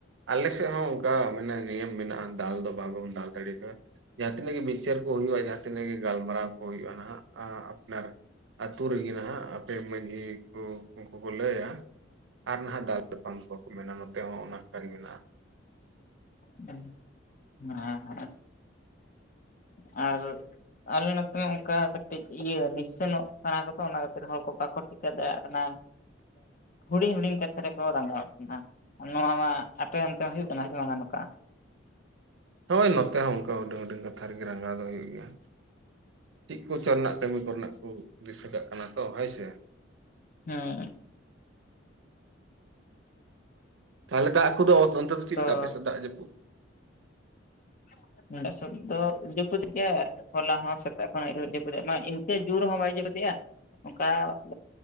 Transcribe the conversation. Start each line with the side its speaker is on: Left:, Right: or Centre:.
Right: ᱟᱞᱮ ᱥᱮᱫ ᱦᱚᱸ ᱚᱱᱠᱟ ᱢᱟᱱᱮ ᱱᱤᱭᱚᱢ ᱢᱮᱱᱟᱜᱼᱟ ᱫᱟᱞ ᱫᱚ ᱵᱟᱵᱚᱱ ᱫᱟᱞ ᱫᱟᱲᱮ ᱠᱟᱣᱟ ᱡᱟᱦᱟᱸ ᱛᱤᱱᱟᱹᱜ ᱜᱮ ᱢᱤᱥᱪᱟᱨ ᱠᱚ ᱦᱩᱭᱩᱜᱼᱟ ᱡᱟᱦᱟᱸ ᱛᱤᱱᱟᱹᱜ ᱜᱮ ᱜᱟᱞᱢᱟᱨᱟᱣ ᱠᱚ ᱦᱩᱭᱩᱜᱼᱟ ᱱᱟᱦᱟᱜ ᱟᱯᱱᱟᱨ ᱟᱛᱳ ᱨᱮᱜᱮ ᱱᱟᱦᱟᱜ ᱟᱯᱮ ᱢᱟᱺᱡᱷᱤ ᱠᱚ ᱩᱱᱠᱩ ᱠᱚ ᱞᱟᱹᱭ-ᱟ᱾ ᱟᱨ ᱱᱟᱦᱟᱜ ᱫᱟᱞ ᱛᱟᱯᱟᱱ ᱫᱚ ᱵᱟᱠᱚ ᱢᱮᱱᱟ ᱱᱚᱛᱮ ᱦᱚᱸ ᱚᱱᱟ ᱠᱟᱹᱨᱤ ᱢᱮᱱᱟᱜᱼᱟ᱾
Left: ᱦᱮᱸ ᱦᱮᱸ ᱟᱨ ᱟᱞᱮ ᱱᱚᱛᱮ ᱢᱟ ᱚᱱᱠᱟ ᱠᱟᱹᱴᱤᱡ ᱤᱭᱟᱹ ᱱᱤᱥᱟᱹᱱᱚᱜ ᱠᱟᱱᱟ ᱠᱚᱫᱚ ᱚᱱᱟ ᱠᱷᱟᱹᱛᱤᱨ ᱦᱚᱲ ᱠᱚ ᱵᱟᱠᱚ ᱴᱷᱤᱠᱟᱹ ᱫᱟᱲᱮᱭᱟᱜ ᱠᱟᱱᱟ᱾ ᱦᱩᱰᱤᱧ ᱦᱩᱰᱤᱧ ᱠᱟᱛᱷᱟ ᱨᱮᱠᱚ ᱨᱟᱸᱜᱟᱣ ᱠᱟᱱᱟ᱾ ᱱᱚᱣᱟ ᱢᱟ ᱟᱯᱮ ᱦᱚᱱᱛᱮ ᱦᱩᱭᱩᱜ ᱠᱟᱱᱟ ᱥᱮ ᱵᱟᱝ-ᱟ ᱱᱚᱝᱠᱟ?
Right: ᱦᱳᱭ ᱱᱚᱛᱮ ᱦᱚᱸ ᱚᱱᱠᱟ ᱦᱩᱰᱤᱝ ᱦᱩᱰᱤᱧ ᱠᱟᱛᱷᱟ ᱨᱮᱜᱮ ᱨᱟᱸᱜᱟᱣ ᱫᱚ ᱦᱩᱭᱩᱜ ᱜᱮᱭᱟ᱾ ᱪᱮᱫ ᱠᱚᱪᱚ ᱨᱮᱱᱟᱜ ᱠᱟᱹᱢᱤ ᱠᱚᱨᱮᱱᱟᱜ ᱠᱚ ᱫᱤᱥᱟᱹ ᱠᱟᱜ ᱠᱟᱱᱟ ᱛᱚ ᱦᱳᱭ ᱥᱮ᱾
Left: ᱦᱮᱸ᱾
Right: ᱛᱟᱦᱚᱞᱮ ᱫᱟᱜ ᱠᱚᱫᱚ ᱚᱛ ᱚᱱᱛᱚᱨ ᱫᱚ ᱪᱮᱫ
Left: ᱛᱚ
Right: ᱞᱮᱠᱟ ᱟᱹᱯᱮᱥᱮ ᱫᱟᱜ ᱡᱟᱹᱯᱩ?
Left: <unintelligible> ᱡᱟᱹᱯᱩᱫ ᱜᱮᱭᱟ᱾ ᱦᱳᱞᱟ ᱦᱚᱸ ᱥᱮᱛᱟᱜ ᱠᱷᱚᱱᱚ ᱡᱟᱯᱩᱫ ᱫᱟᱭ ᱤᱱᱠᱟᱹ ᱡᱳᱨ ᱦᱚᱸ ᱵᱟᱭ ᱚᱡᱚ ᱠᱮᱫᱮᱼᱟ ᱚᱱᱠᱟ <unintelligible>